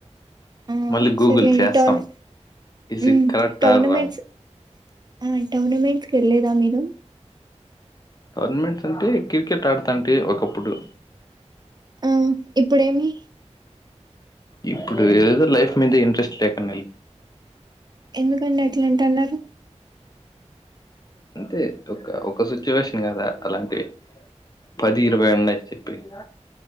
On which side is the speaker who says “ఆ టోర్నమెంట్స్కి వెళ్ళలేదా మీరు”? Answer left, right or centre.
Right